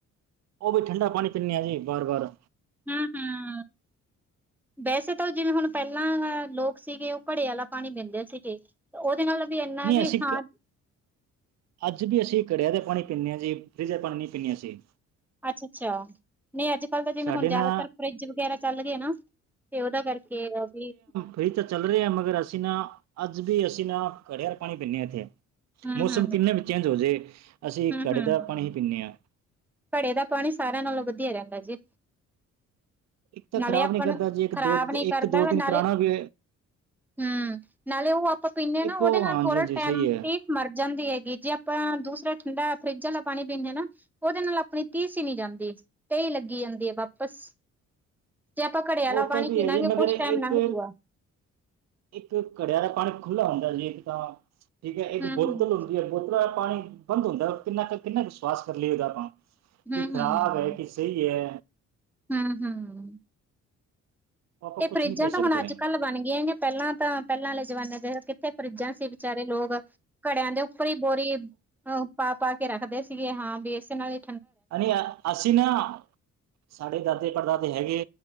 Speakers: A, on the right; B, in the centre.
A: ਓ ਵੀ ਠੰਡਾ ਪਾਨੀ ਪੀਂਨੇ ਆਂ, ਜੀ ਬਾਰ-ਬਾਰ
B: ਹੂੰ, ਹੂੰ ਵੈਸੇ ਤਾਂ ਓ ਜਿਵੇਂ ਹੁਨ ਪਹਿਲਾਂ ਲੋਕ ਸੀਗੇ, ਓ ਘੜੇ ਆਲਾ ਪਾਨੀ ਪਿੰਦੇ ਸੀਗੇ। ਉਦੇ ਨਾਲ ਵੀ ਇੰਨਾ
A: ਨਹੀਂ
B: ਵੀ
A: ਅਸੀਂ
B: ਹਾਂ
A: ਅੱਜ ਵੀ ਅਸੀਂ ਕੜ੍ਹਿਆ ਦੇ ਪਾਨੀ ਪੀਂਨੇ ਆ, ਜੀ ਫਰਿਜ ਦਾ ਪਾਨੀ ਨੀ ਪੀਂਨੇ ਅਸੀਂ।
B: ਅੱਛਾ, ਅੱਛਾ ਨਈ ਅੱਜ ਕੱਲ ਤਾਂ ਜਿਵੇਂ
A: ਸਾਡੇ
B: ਹੁਨ
A: ਨਾ
B: ਜੇਆਦਾਤਰ ਫਰਿਜ ਵਗੈਰਾ ਚੱਲ ਗਏ ਨਾ, ਤੇ ਉਹਦਾ ਕਰਕੇ ਵੀ
A: ਫਰਿਜ ਤਾਂ ਚੱਲ ਰਹੇ ਆ, ਮਗਰ ਅਸੀਂ ਨਾ ਅੱਜ ਵੀ ਅਸੀਂ ਨਾ ਘੜੇ ਦਾ ਪਾਨੀ ਪੀਨੇ ਆਂ, ਇੱਥੇ
B: ਹੂੰ-ਹੂੰ,
A: ਮੌਸਮ ਕਿੰਨੇ ਵੀ ਚੇਂਜ ਹੋਜੇ, ਅਸੀਂ
B: ਹੂੰ-ਹੂੰ।
A: ਕੜੇ ਦਾ ਪਾਨੀ ਹੀ ਪੀਂਨੇ ਆਂ।
B: ਘੜੇ ਦਾ ਪਾਨੀ ਸਾਰੇਆਂ ਨਾਲੋਂ ਵਧੀਆ ਰਹਿੰਦਾ ਜੀ।
A: ਇੱਕ ਤਾਂ
B: ਨਾਲੇ
A: ਖ਼ਰਾਬ
B: ਆਪਾਂ
A: ਨਹੀਂ ਕਰਦਾ
B: ਨੂੰ
A: ਜੀ ਇੱਕ
B: ਖ਼ਰਾਬ
A: ਦੋ
B: ਨੀ
A: ਇੱਕ
B: ਕਰਦਾ
A: ਦੋ ਦਿਨ
B: ਨਾਲੇ
A: ਪੁਰਾਣਾ ਵੀ
B: ਹੂੰ -ਨਾਲੇ ਓ ਆਪਾਂ ਪੀਂਨੇ ਆ, ਨਾ
A: ਇੱਕੋ
B: ਉਦੇ ਨਾਲ
A: ਹਾਂਜੀ
B: ਥੋੜਾ
A: ਹਾਂਜੀ
B: ਟੈਮ
A: ਸਹੀ ਹੈ
B: ਤੇ ਮਰ ਜਾਂਦੀ ਹੈਗੀ, ਜੇ ਆਪਨਾ ਦੂਸਰਠ- ਠੰਡਾ ਫਰਿੱਜ ਆਲਾ ਪਾਨੀ ਪੀਂਦੇ ਆ ਨਾ, ਉਹਦੇ ਨਾਲ ਆਪਨੀ ਤੀਸ ਹੀ ਨੀ ਜਾਂਦੀ। ਤੇਅ ਹੀ ਲੱਗੀ ਜਾਂਦੀ ਏ ਵਾਪਸ ਜੇ ਆਪਾਂ ਘੜੇ
A: ਉਹ
B: ਵਾਲਾ
A: ਤਾਂ
B: ਪਾਨੀ
A: ਵੀ
B: ਪੀ
A: ਹੈ
B: ਲਾਂਗੇ,
A: ਜੀ ਮਗਰ
B: ਕੁਛ
A: ਇੱਕ
B: ਟੈਮ ਨੰਗ ਜੂਗਾਂ।
A: ਇੱਕ ਘੜੇਆ ਦਾ ਪਾਨੀ ਖੁਲਾ ਹੁੰਦਾ, ਏਕ ਤਾਂ ਠੀਕ ਏ, ਇੱਕ
B: ਹੂੰ-ਹੂੰ,
A: ਬੋਤਲ ਹੁੰਦੀ ਏ, ਬੋਤਲਾਂ ਆਲਾ ਪਾਨੀ ਬੰਦ ਹੁੰਦਾ ਕਿੰਨਾ ਕੁ ਕਿੰਨਾ ਕੁ ਸਵਾਸ ਕਰ ਲਈਏ, ਉਹਦਾ ਆਪਾਂ
B: ਹੂੰ-ਹੂੰ।
A: ਕੀ ਖਰਾਬ ਹੈ, ਕਿ ਸਹੀ ਏ।
B: ਹੂੰ-ਹੂੰ।
A: ਉਹ ਆਪਾਂ
B: ਤੇ
A: ਕੁਛ
B: ਫਰਿਜਾਂ
A: ਨਹੀਂ ਕਹਿ
B: ਤਾਂ
A: ਸਕਦੇ
B: ਹੁਣ ਅੱਜ-ਕੱਲ੍ਹ
A: ਹਾਂ
B: ਬਣ ਗਈਆ ਨੇ। ਪੈਲਾਂ ਤਾਂ ਪੈਲਾਂ ਵਾਲੇ ਜਮਾਨੇ ਦੇ ਕਿੱਥੇ ਫਰਿੱਜਾਂ ਸੀ ਵਿਚਾਰੇ ਲੋਕ ਕੜਿਆਂ ਦੇ ਉ ਥੋਰੀ ਬੋਰੀ ਅ ਪਾ-ਪਾ ਕੇ ਰੱਖਦੇ ਸੀਗੇ, ਹਾਂ ਵੀ ਇਸੇ ਨਾਲ ਹੀ
A: ਅਰੇ ਯਾਰ ਅਸੀਂ ਨਾ, ਸਾਡੇ ਦਾਦੇ ਪੜਦਾਦੇ ਹੈਗੇ।